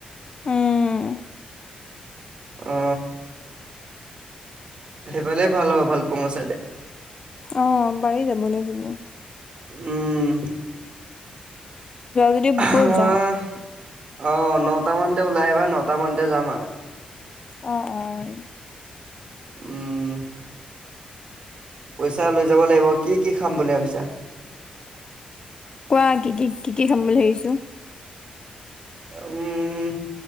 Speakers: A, on the left (about 35°); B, on the right (about 45°).
A: উম
B: অ সেইফালেই ভাল হ'ব ভালোকপুং ছাইদে
A: অ পাৰি যাবলে শুনো
B: উম।
A: যদি
B: অ'
A: ব'ল যাওঁ
B: অঁ নটামানতে ওলাই আহিবা নটামানতে যাম আৰু।
A: অ' অ'।
B: উম, পইচা লৈ যাব লাগিব, কি কি খাম বুলি ভাবিছা?
A: কোৱা কি কি কি কি খাম বুলি ভাবিছোঁ?
B: উম,